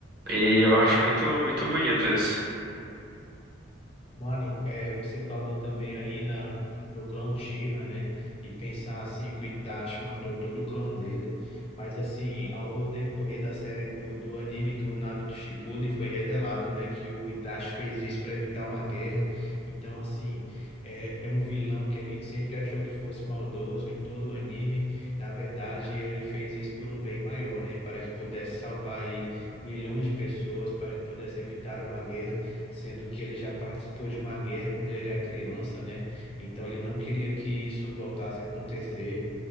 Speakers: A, on the right (about 50°); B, on the left (about 30°).
A: E eu acho muito muito bonito isso.
B: Mano, é, você falou também aí na, no clã Uchiha, né? E pensar assim que o Itachi matou todo o clã dele. Mas assim, ao decorrer da série do, do anime do Naruto Shippuden, foi revelado, né? Que o Itachi fez isso para evitar uma guerra. Então, assim, é, é um vilão que a gente sempre achou que fosse maldoso em todo o anime. Na verdade, ele fez isso por um bem maior, né? Para que pudesse salvar aí milhões de pessoas, para que pudesse evitar uma guerra sendo que ele já participou de uma guerra quando ele era criança, né? Então ele não queria que isso voltasse a acontecer.